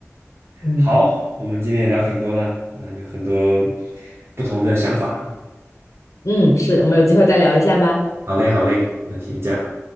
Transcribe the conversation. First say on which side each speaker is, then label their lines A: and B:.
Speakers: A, on the left (about 70°); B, on the right (about 50°).
A: 嗯
B: 好，我们今天也聊挺多的，嗯、有很多不同的想法。
A: 嗯，是，我们有机会再聊一下吧。
B: 好嘞，好嘞，那先这样，